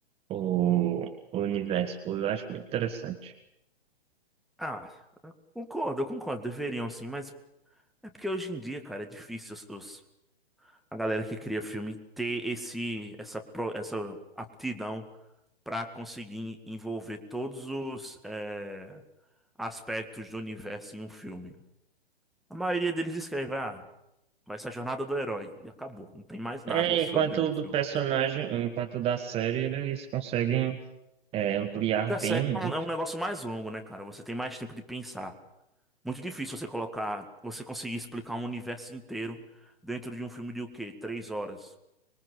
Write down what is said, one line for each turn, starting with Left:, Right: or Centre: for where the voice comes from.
Right: o, o universo, pô, eu acho muito interessante.
Centre: Ah, concordo, eu concordo. Deveriam sim, mas é porque hoje em dia, cara, é difícil os, os- a galera que cria filme ter esse, essa, pro- essa aptidão pra conseguir envolver todos os eh, aspectos do universo em um filme. A maioria deles escreve, ah. Vai ser a jornada do herói. E acabou. Não tem mais nada
Right: É,
Centre: sobre
Right: enquanto
Centre: o
Right: o do
Centre: filme.
Right: personagem, enquanto o da série, eles conseguem é, ampliar
Centre: Porque a série
Right: bem, né?
Centre: é um é um negócio mais longo, né, cara? Você tem mais tempo de pensar. Muito difícil você colocar, você conseguir explicar um universo inteiro dentro de um filme de o quê? Três horas.